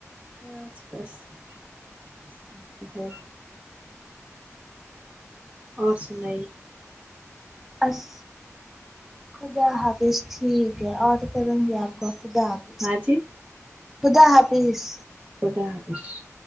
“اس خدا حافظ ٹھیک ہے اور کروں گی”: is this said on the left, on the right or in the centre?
Centre